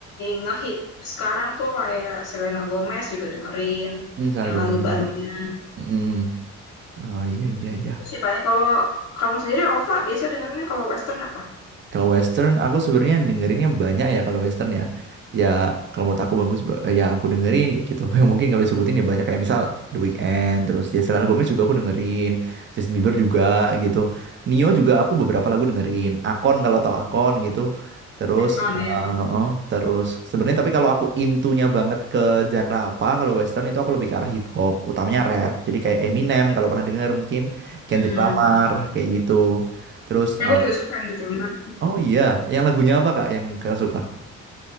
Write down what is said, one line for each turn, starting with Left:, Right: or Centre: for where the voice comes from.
Left: ngehit sekarang tuh kayak Selena Gomez juga dengerin
Right: Hmm, Selena
Left: yang
Right: Gomez.
Left: lagu barunya
Right: Hmm, oh iya iya iya.
Left: itu sih paling kalau kamu sendiri Ova biasa dengerinnya kalau Western apa
Right: Kalau Western, aku sebenarnya dengerinnya banyak ya kalau Western ya. Ya kalau menurut aku bagus, ba- ya aku dengerin ya gitu. <laughs> Yang Mungkin kalau disebutin ya banyak kayak misal The Weeknd, terus ya Selena Gomez juga aku dengerin, Justin Bieber juga gitu. Nio juga aku beberapa lagu dengerin. Akon kalau tahu Akon gitu. Terus,
Left: Icon
Right: eh,
Left: ya
Right: oh, terus sebenarnya tapi kalau aku intunya banget ke genre apa, kalau Western itu aku lebih ke arah hip hop, utamanya rap. Jadi kayak Eminem kalau pernah dengar mungkin, Kendrick
Left: hmm
Right: Lamar kayak gitu. Terus
Left: Aku
Right: eh,
Left: juga suka Andrew Clemmer.
Right: Oh iya, yang lagunya apa Kak yang Kakak suka?